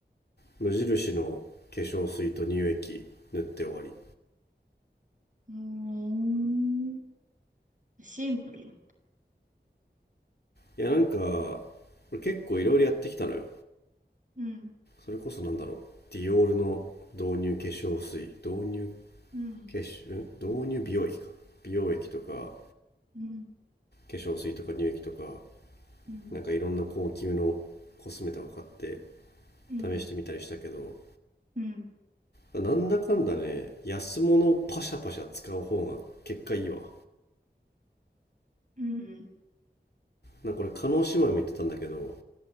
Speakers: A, on the left (about 60°); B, on the right (about 45°).
A: 無印の化粧水と乳液塗って終わり
B: うーん。シンプルな。
A: いやなんか俺結構いろいろやってきたのよ
B: うん。
A: それこそなんだろうディオールの導入化粧水導入
B: うん。
A: 化粧ん導入美容液か美容液とか化
B: うん。
A: 粧水とか乳液とか
B: うん。
A: なんかいろんな高級のコスメとか買って
B: うん。
A: 試してみたりしたけど
B: うん。
A: なんだかんだね安物パシャパシャ使う方が結果いいわ
B: うん。
A: なんかこれ加納姉妹も言ってたんだけど